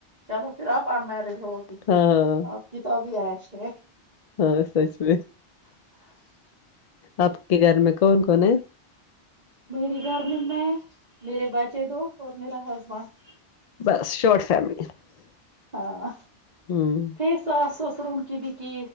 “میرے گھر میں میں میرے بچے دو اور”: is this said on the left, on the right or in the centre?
Right